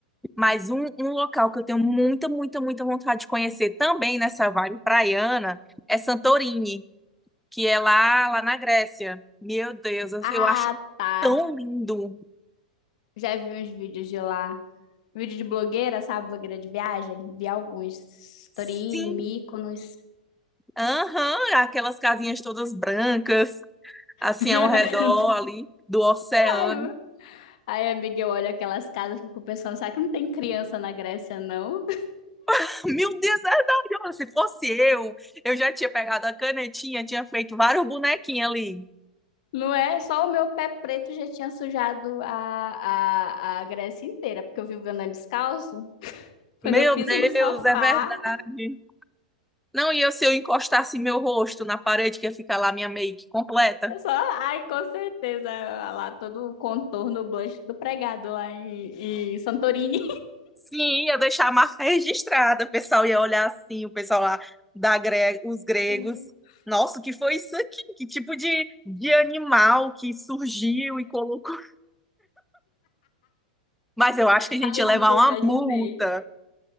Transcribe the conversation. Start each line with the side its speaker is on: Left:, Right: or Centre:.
Centre: Mas um, um local que eu tenho muita, muita, muita vontade de conhecer também nessa vibe praiana é Santorini, que é lá, lá na Grécia. Meu Deus, eu,
Left: Ah,
Centre: eu acho
Left: tá.
Centre: tão lindo.
Left: Já vi uns vídeos de lá. Vídeo de blogueira, sabe? Blogueira de viagem. Vi alguns.
Centre: Sim,
Left: Torini, Mykonos.
Centre: aham, aquelas casinhas todas brancas, assim
Left: <laughs>
Centre: ao redor
Left: Não,
Centre: ali do oceano.
Left: ai, Aí, amiga, eu olho aquelas casas, fico pensando, será que não tem criança na Grécia, não?
Centre: <laughs> Meu Deus, é verdade. olha, Se fosse eu, eu já tinha pegado a canetinha, tinha feito vários bonequinhos ali.
Left: Não é? Só o meu pé preto já tinha sujado a, a, a Grécia inteira, porque eu vivo andando descalço. Quando
Centre: Meu
Left: eu piso
Centre: Deus,
Left: no sofá,
Centre: é verdade. Não, e eu, se eu encostasse meu rosto na parede, que ia ficar lá minha make completa?
Left: é só, ai, com certeza, lá todo o contorno, o blush do pregado lá em, em Santorini.
Centre: Sim, ia deixar a marca registrada. O pessoal ia olhar assim, o pessoal lá, da gre... os gregos.
Left: <laughs>
Centre: Nossa, o que foi isso aqui? Que tipo de, de animal que surgiu e colocou? Mas eu acho que a gente
Left: Ai,
Centre: ia levar
Left: gente, eu
Centre: uma
Left: imaginei.
Centre: multa.